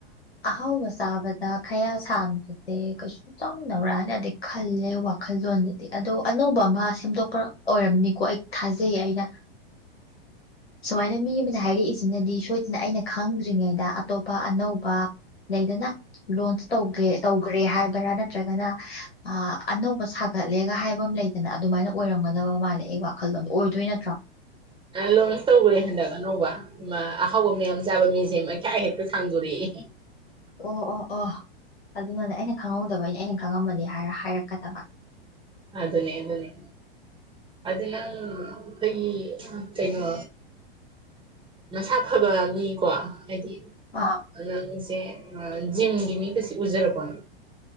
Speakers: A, on the left; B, on the right.
A: ꯑꯍꯥꯎꯕ ꯆꯥꯕꯗ ꯈꯌꯥ ꯁꯥꯡꯕꯁꯦ ꯀꯩ ꯆꯪꯗꯕ꯭ꯔꯥ ꯍꯥꯏꯅꯗꯤ ꯈꯜꯂꯦ ꯋꯥꯈꯜꯂꯣꯟꯗꯗꯤ ꯑꯗꯣ ꯑꯅꯧꯕ ꯑꯃ ꯁꯦꯝꯗꯣꯛꯄ ꯑꯣꯏꯔꯝꯅꯤꯀꯣ ꯊꯥꯖꯩꯌꯦ ꯑꯩꯅ ꯁꯨꯃꯥꯏꯅ ꯃꯤ ꯑꯃꯅ ꯍꯥꯏꯔꯛꯏꯁꯤꯅꯗꯤ ꯁꯣꯢ ꯑꯩꯅ ꯈꯪꯗ꯭ꯔꯤꯉꯩꯗ ꯑꯇꯣꯞꯄ ꯑꯅꯧꯕ ꯂꯩꯗꯅ ꯂꯣꯟ ꯁ ꯇꯧꯒ꯭ꯔꯦ ꯇꯧꯈ꯭ꯔꯦ ꯍꯥꯏꯕꯔꯥ ꯅꯠꯇ꯭ꯔꯒꯅ ꯑ ꯑꯅꯧꯕ ꯁꯥꯒꯠꯂꯦꯒ ꯍꯥꯏꯕ ꯑꯃ ꯂꯩ ꯑꯗꯨꯅ ꯑꯗꯨꯃꯥꯏꯅ ꯑꯣꯏꯔꯝꯒꯗꯕ ꯃꯥꯜꯂꯦ ꯑꯩ ꯋꯥꯈꯜꯂꯣꯟꯗꯣ ꯑꯣꯏꯗꯣꯏ ꯅꯠꯇ꯭ꯔꯣ
B: ꯑ ꯂꯣꯟꯁ ꯇꯧꯋꯦ ꯍꯟꯗꯛ ꯑꯅꯧꯕ ꯑꯍꯥꯎꯕ ꯃꯌꯥꯝ ꯆꯥꯕ ꯃꯤꯁꯦ ꯃꯈꯌꯥ ꯍꯦꯛꯇ ꯁꯥꯡꯗꯣꯔꯛꯑꯦ
A: ꯑꯣ ꯑꯣ ꯑꯣ ꯑꯗꯨꯅꯅꯦ ꯑꯩꯅ ꯈꯪꯍꯧꯗꯕꯩꯅ ꯑꯩꯅ ꯈꯪꯉꯝꯃꯅꯤ ꯍꯥꯏꯔ ꯍꯥꯏꯔꯛꯀꯗꯕ
B: ꯑꯗꯨꯅꯦ ꯑꯗꯨꯅꯦ ꯑꯗꯨ ꯅꯪ ꯇꯒꯤ ꯀꯩꯅꯣ ꯃꯁꯥ ꯐꯕ ꯃꯤꯀꯣ ꯍꯥꯏꯗꯤ
A: ꯑꯥ
B: ꯅꯪꯁꯦ ꯖꯤꯝꯒꯤ ꯃꯤ ꯒꯁꯦ ꯎꯖꯔꯕꯣ